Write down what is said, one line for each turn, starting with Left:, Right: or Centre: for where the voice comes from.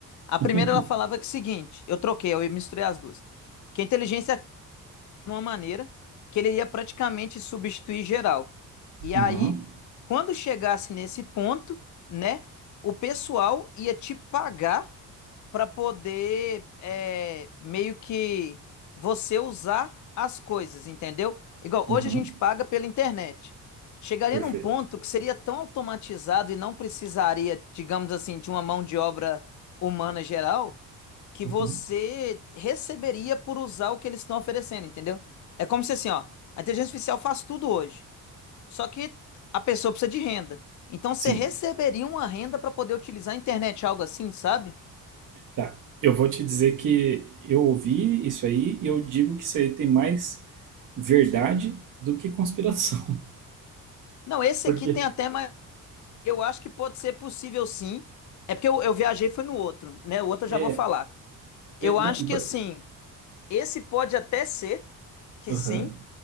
Left: A
Right: uhum,
Left: primeira ela falava
Right: <laughs>
Left: que é o seguinte, eu troquei, eu misturei as duas. Que a inteligência de uma maneira que ele ia praticamente substituir geral. E
Right: uhum,
Left: aí, quando chegasse nesse ponto, né, o pessoal ia te pagar para poder é, meio que você usar as coisas, entendeu? Igual
Right: uhum.
Left: hoje a gente paga pela internet. Chegaria
Right: Perfeito.
Left: num ponto que seria tão automatizado e não precisaria, digamos assim, de uma mão de obra humana geral, que
Right: Uhum.
Left: você receberia por usar o que eles estão oferecendo, entendeu? É como se assim, ó, a inteligência artificial faz tudo hoje, só que a pessoa precisa de renda. Então você
Right: Sim.
Left: receberia uma renda para poder utilizar a internet, algo assim, sabe?
Right: Tá. Eu vou te dizer que eu ouvi isso aí e eu digo que isso aí tem mais verdade do que conspiração.
Left: Não, esse
Right: <laughs> Porque
Left: aqui tem até mais. Eu acho que pode ser possível sim. É porque eu, eu viajei foi no outro, né? O outro eu
Right: é,
Left: já vou falar. Eu
Right: é, não,
Left: acho que
Right: por-
Left: assim, esse pode até ser que
Right: Aham,
Left: sim,